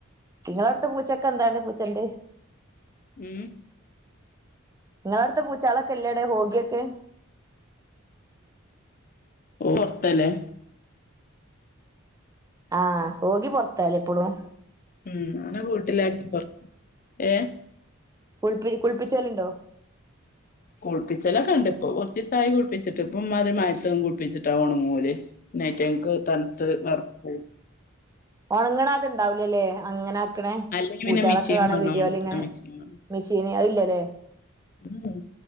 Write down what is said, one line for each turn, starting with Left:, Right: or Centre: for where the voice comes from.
Right: ഇങ്ങളവ്ട്ത്ത പൂച്ചൊക്കെ എന്തരാന്ന് പൂച്ചണ്ട്
Left: ഹ്മ്മ്
Right: നിങ്ങളവിടുത്തെ പൂച്ചാളൊക്കെ ഇല്ലേ അവിടെ ഹോഗിയൊക്കെ
Left: ഓഹ്, പൊർത്തല്ലേ
Right: ആഹ്, ഹോഗി പൊറത്താലെ ഇപ്പളും
Left: ഹ്മ്മ് അവനെ വീട്ടിലാക്കി പൊർ, ഏഹ്
Right: കുളിപ്പി കുളിപ്പ്ച്ചലുണ്ടോ
Left: കുളിപ്പിച്ചലൊക്കെണ്ടിപ്പൊ കൊറച്ചീസായി കുളിപ്പിച്ചിട്ട് ഇപ്പം ഇമ്മാതിരി മഴത്തൊന്നും കുളിപ്പിച്ചിട്ടാ ഒണങ്ങുല്ലേ പിന്നെ അയിറ്റങ്ങക്ക് തൻത്ത് വെർക്കും
Right: ഒണങ്ങണത് ണ്ടാവൂലല്ലേ അങ്ങനെ ക്ക്ണേ
Left: അല്ലെങ്കി
Right: പൂച്ചകളൊക്കെ
Left: പിന്നെ മിഷീൻ
Right: കാണ
Left: വേണം
Right: വീഡിയോലിങ്ങനെ
Left: ഒണക്കാൻ മിഷീൻ വേണം
Right: മെഷീന് അഹ്ല്ലലേ
Left: ഉം